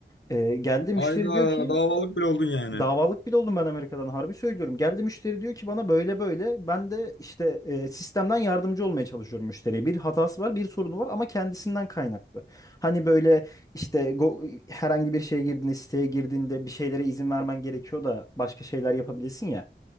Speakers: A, on the left; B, on the left.
A: E, geldi müşteri
B: Hayda
A: diyor ki
B: davalık bile oldun yani.
A: Davalık bile oldum ben Amerika'dan harbi söylüyorum. Geldi müşteri diyor ki bana böyle böyle. Ben de işte e, sistemden yardımcı olmaya çalışıyorum müşteriye. Bir hatası var, bir sorunu var ama kendisinden kaynaklı. Hani böyle işte go- herhangi bir şeye girdiğinde, siteye girdiğinde bir şeylere izin vermen gerekiyor da başka şeyler yapabilirsin ya.